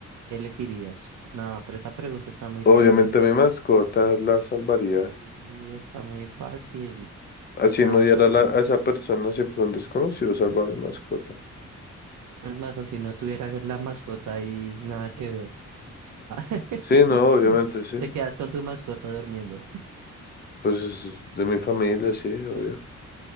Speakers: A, on the right; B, on the left.
A: elegirías? No, pero esa pregunta está muy
B: Obviamente
A: fácil.
B: mi mascota la salvaría.
A: Sí, está muy fácil.
B: Así
A: Nada,
B: no diera
A: qué pregunta.
B: la- a esa persona si fuera un desconocido, salva a mi mascota.
A: Es más, o si no tuviera la mascota y nada que ver. <laughs>
B: Sí, no, obviamente, sí.
A: Te quedas con tu mascota durmiendo.
B: Pues es de mi familia, sí, obvio.